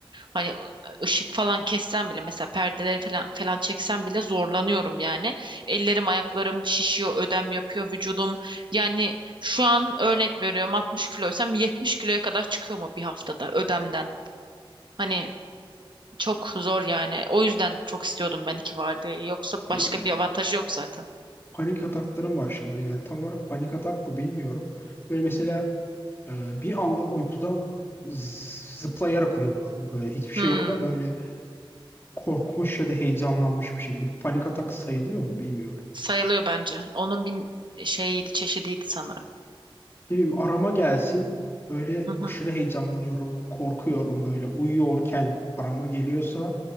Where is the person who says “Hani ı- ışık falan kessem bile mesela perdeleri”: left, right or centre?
Right